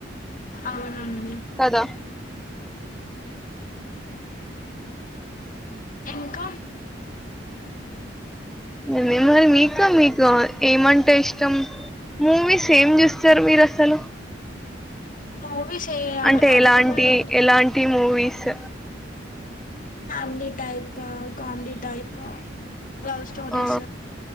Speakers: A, on the left; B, in the centre.
A: అవునండి
B: కదా
A: ఇంకా
B: నే మరి మీకు మీకు ఏమంటే ఇష్టం మూవీస్ ఏం చూస్తా సార్ మీరసలు
A: మూవీస్ ఏ
B: అంటే
A: పర్టికులర్
B: ఎలాంటి
A: అని
B: ఎలాంటి movies
A: family type comedy type love స్టోరీస్
B: ఆ